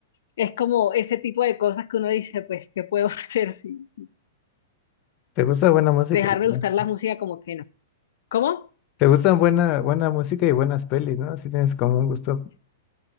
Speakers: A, on the left; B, on the left.
A: es como ese tipo de cosas que uno dice, pues, ¿qué puedo <laughs> hacer si,
B: ¿Te gusta buena música?
A: dejar
B: y
A: de gustar la música como que no. ¿Cómo?
B: ¿Te gustan buena, buena música y buenas pelis, no? Así tienes como un gusto.